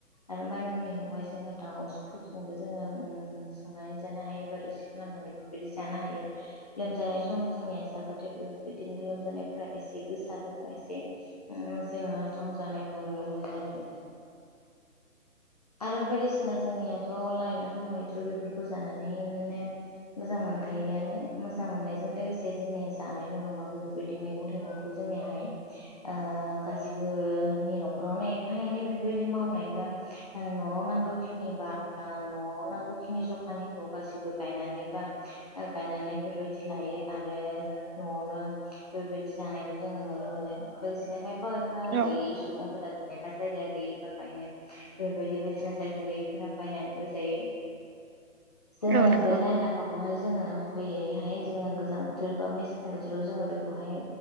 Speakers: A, on the left; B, on the right.
A: आरो मानि मुनियावहाय जोङो दाउफोरजोंबो जोङो ओम संनानै जानो हायो। बा रोसि खालामनानैबो बिदि जानो हायो। लोमजानाय समाव जोंनिया जाबाथाय बेफोरबायदिनो लोमजानायफोरा एसे गोसारोबा एसे ओम जोङो- संजानायखौ नुनो मोनो आरो नोंथां। आरो बायदिसिना ना जोंनियाथ' लाइ लाफा मैद्रु बेफोरखौ जानानै बिदिनो मोजां मोनखायोआनो मोजां मोननायजों लोगोसे जोंनिया जानायल' नङा बेफो बेफोरबायदि मैगं थाइगंखौ जोंनियाहाय ओ खारजि ओ नि न'खरावनो एफा एनै बेफोरबायदि मावनायबा। ओ न'आव नांगौ खिनि बा ओ न'आव नांगौ खिनि जखानिखौ गासैबो गायनानै बा ओ गायनानै बेफोरबायदि दि लायो आरो न'आवनो बेफोरबायदि जानायखौ जोङो नुनो मोनो। लोगोसेनो खायफा खायफा फा
B: औ
A: गैयि समफोरा- <inaudible> जेनेबा जायगा गैयि फोरखायनो बेफोरबायदि बायदिसिना जायगा गैयिफोरा बायनानैबो जायो। जोङो
B: औ नंगौ
A: बे लाइ लाफाखौ बेखौहाय जोङो गुबैयैहाय जोङो गोजां बोथोर बा मेसें बोथोराव जोङो बेखौहाय